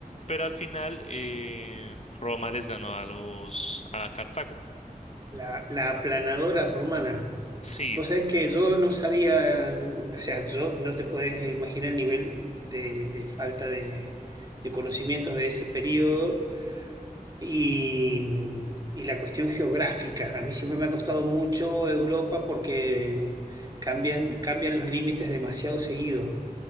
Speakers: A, on the left (about 45°); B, on the right (about 25°).
A: pero al final eh, Roma les ganó a los a Cartago.
B: La, la aplanadora romana.
A: Sí,
B: Vos sabés que yo no sabía, o sea, yo no te podés imaginar el nivel de, de falta de, de conocimientos de ese periodo y, y la cuestión geográfica. A mí siempre me ha costado mucho Europa porque cambian, cambian los límites demasiado seguido,